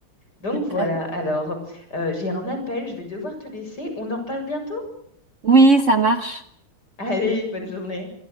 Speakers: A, on the left; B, on the right.
A: Donc
B: hyper.
A: voilà, alors euh, j'ai un appel, je vais devoir te laisser. On en reparle bientôt?
B: Oui, ça marche.
A: Allez, bonne journée.